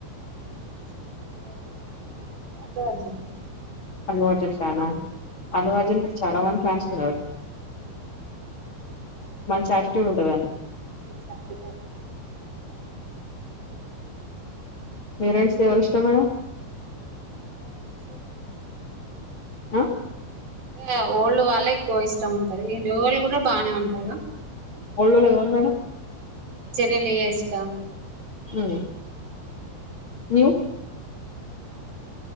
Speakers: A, on the right; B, on the left.
A: నిక వచ్చేసి అంద వజంది
B: అల్లు అర్జున్ ఫ్యానా అల్లు అర్జన్ చాలా మం మంచి తాట్
A: ఉ
B: చాటిట్యూడ్ ఉండదదు
A: ఈ సంటి
B: మీరర్స్ ఎవరు ఇష్ట మేడం
A: హీరోయిన్స్
B: అ
A: లేఓల్డ్ వాళ్ళే ఎక్కువ ఇష్టం ఉంటది ఈ న్యూ వాళ్ళు కూడా బానే ఉంటారు
B: <inaudible> మేడం
A: జనలియ ఇష్టం
B: హు న్యూ